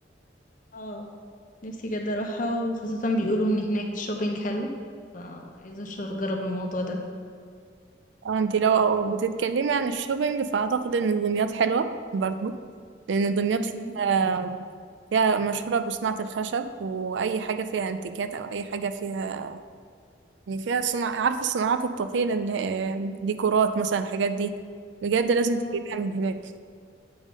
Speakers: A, on the left; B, on the right.
A: اه نفسي جدا اروحها وخاصة بيقولوا ان هناك شوبينج حلو فعايزة أش- اجرب الموضوع ده
B: اه انت لو بتتكلمي عن الشوبينج فاعتقد ان دمياط حلوة برضه لان دمياط
A: مم.
B: فيها, فيها مشهورة بصناعة الخشب واي حاجة فيها انتيكات او اي حاجة فيها يعني فيها صناعة عارفة الصناعات الطفيلة اللي هي ديكورات مثلا الحاجات دي بجد لازم
A: اه
B: تجيبها من هناك